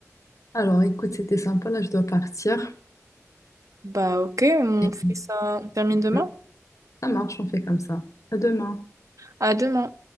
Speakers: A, on the left (about 75°); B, on the right (about 80°).
A: Alors, écoute, c'était sympa, là, je dois partir.
B: Bah, ok, on
A: Et
B: fait ça, on termine demain.
A: euh, ça marche, on fait comme ça. À demain.
B: À demain.